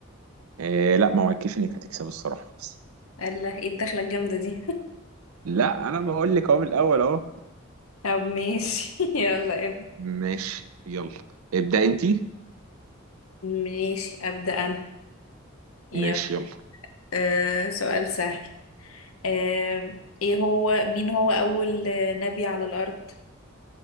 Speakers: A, on the right; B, on the left.
A: إيه، لا ما وعدتكيش انك هتكسب الصراحة بس
B: الله ايه الدخلة الجامدة دي <laughs>
A: لا انا بقول لك اهو من الاول اهو
B: طب ماشي <laughs> يلا ابدأ
A: ماشي يلا ابدأ انت
B: ماشي أبدأ أنا يلا
A: ماشي يلا
B: آه سؤال سهل آه ايه هو مين هو أول آه، نبي على الأرض